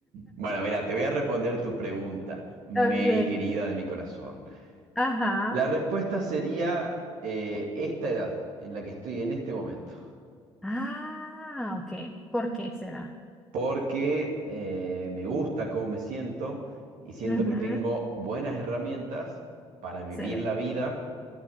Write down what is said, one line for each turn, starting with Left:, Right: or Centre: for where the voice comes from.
Right: Bueno, mira, te voy a responder tu pregunta, Mary
Centre: <laughs> ok.
Right: querida de mi corazón.
Centre: Ajá.
Right: La respuesta sería eh, esta edad en la que estoy en este momento.
Centre: Ah, ok. ¿Por qué será?
Right: porque eh, me gusta cómo me siento y siento
Centre: Ujú.
Right: que tengo buenas herramientas para vivir
Centre: Excelente.
Right: la vida.